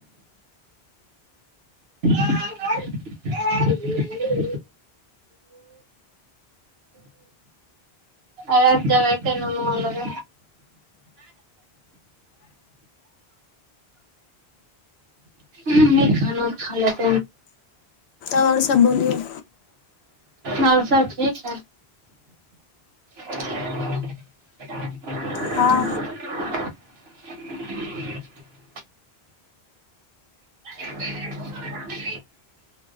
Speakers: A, on the right; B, on the left.
A: आ आ अ जग नन लब ह नहि खाना ख ला त
B: आओर सब बोलिय
A: आओर सब ठीक हइ <unintelligible>
B: हाँ
A: <unintelligible>